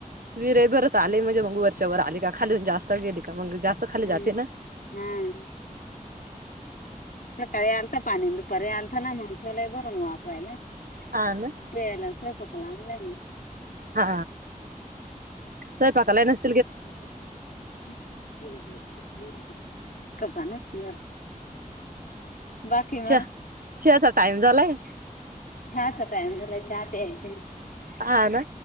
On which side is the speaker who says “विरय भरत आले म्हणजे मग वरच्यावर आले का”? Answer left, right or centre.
Right